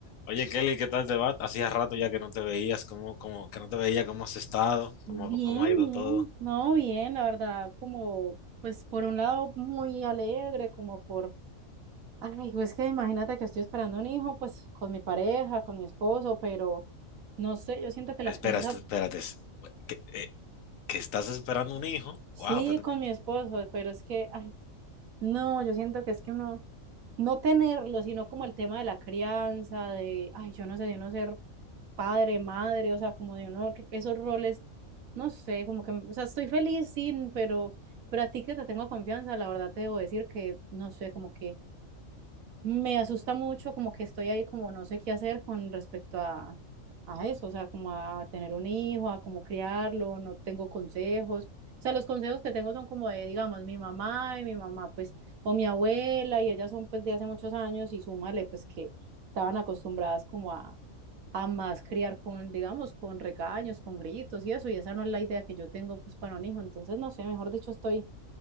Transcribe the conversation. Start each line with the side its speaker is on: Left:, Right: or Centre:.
Left: Oye, Kelly, ¿qué tal te va? Hacía rato ya que no te veías, ¿cómo, cómo, que no te veía, cómo has estado, cómo,
Right: Bien,
Left: cómo ha ido
Right: bien,
Left: todo.
Right: no, bien, la verdad, como, pues por un lado muy alegre, como por, ay, pues que imagínate que estoy esperando un hijo, pues con mi pareja, con mi esposo, pero no sé, yo siento que la
Left: Espera,
Right: crianza,
Left: este, espérate. ¿Que, eh, que estás esperando un hijo?
Right: sí,
Left: Wow.
Right: con mi esposo, pero es que, ay, no, yo siento que es que uno, no tenerlo, sino como el tema de la crianza, de, ay, yo no sé, de uno ser padre, madre, o sea, como de uno, esos roles, no sé, como que, o sea, estoy feliz, sí, pero, pero a ti que te tengo confianza, la verdad te debo decir que, no sé, como que me asusta mucho, como que estoy ahí como no sé qué hacer con respecto a, a eso, o sea, como a tener un hijo, a cómo criarlo, no tengo consejos. O sea, los consejos que tengo son como de, digamos, mi mamá y mi mamá, pues, o mi abuela, y ellas son pues de hace muchos años, y súmale, pues que estaban acostumbradas como a, a más criar con, digamos, con regaños, con gritos y eso, y esa no es la idea que yo tengo pues para un hijo, entonces no sé, mejor dicho, estoy